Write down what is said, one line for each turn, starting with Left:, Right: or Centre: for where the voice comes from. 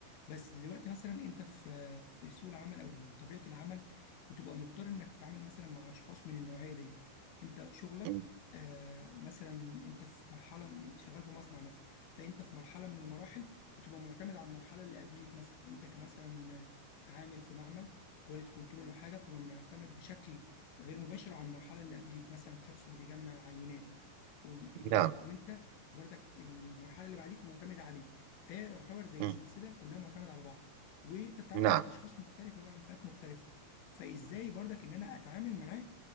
Left: بس دلوقتي مثلا انت في في سوق العمل او طبيعه العمل بتبقى مضطر انك تتعامل مثلا مع اشخاص من النوعيه دي انت شغلك
Right: م-
Left: آه مثلا انت في مرحله م- شغال في مصنع مثلا فانت في مرحله من المراحل بتبقى معتمد على المرحله اللي قبليك مثلا انت كمثلا عامل في معمل كواليتي كنترول او حاجه بتبقى معتمد بشكل غير مباشر على المرحله اللي قبليك مثلا الشخص اللي بيجمع العينات و... وال...
Right: نعم
Left: وانت برضك المرحله اللي بعديك معتمده عليك فهي يعتبر زي
Right: م-
Left: سلسله كلها معتمده على بعض وانت بتتعامل
Right: نعم
Left: مع اشخاص مختلفه بقى من فئات مختلفه فازاي برضك ان انا اتعامل معاه